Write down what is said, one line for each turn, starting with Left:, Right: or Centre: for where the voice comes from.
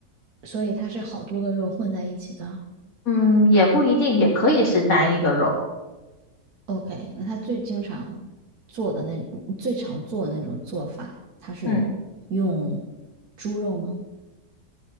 Right: 所以它是好多个肉混在一起的。
Left: 嗯，也不一定，也可以是单一个肉。
Right: OK，那它最经常做的那最常做的那种做法，它是用
Left: 嗯
Right: 猪肉吗？